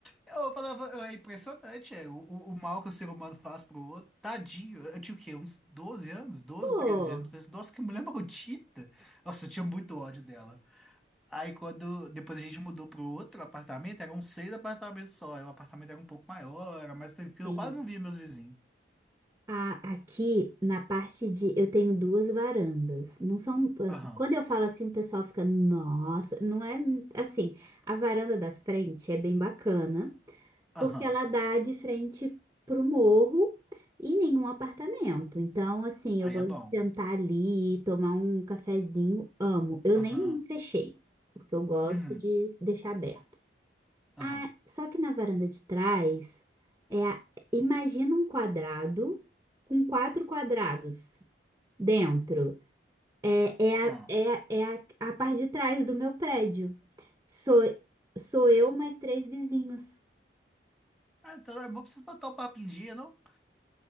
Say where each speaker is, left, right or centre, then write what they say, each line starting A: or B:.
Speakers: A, in the centre; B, on the right.
A: eu falava, é impressionante, é, o, o, o mal que o ser humano faz pro outro. Tadinho, eu tinha o quê? Uns doze anos, doze,
B: pô.
A: treze anos. Eu Falei assim, nossa, que mulher maldita. Nossa, eu tinha muito ódio dela. Aí quando depois a gente mudou pro outro apartamento, eram seis apartamentos só. aí O apartamento era um pouco maior, era mais tranquilo,
B: Sim.
A: eu quase não via meus vizinhos.
B: A- Aqui na parte de eu tenho duas varandas. Não são, ah,
A: Aham,
B: quando eu falo assim, o pessoal fica, nossa, não é assim. A varanda da frente é bem bacana,
A: aham.
B: porque ela dá de frente pro morro e nenhum apartamento. Então, assim,
A: Aí
B: eu gosto
A: é bom.
B: de sentar ali, tomar um cafezinho, amo. Eu
A: Aham.
B: nem fechei, porque eu gosto
A: Uhum.
B: de deixar aberto.
A: Aham.
B: Ah, só que na varanda de trás, é, a- imagina um quadrado com quatro quadrados dentro. É, é,
A: Aham.
B: a, é, a- é a, a parte de trás do meu prédio. Sou, sou eu mais três vizinhos.
A: Ah, então é bom pra vocês botar o papo em dia, não?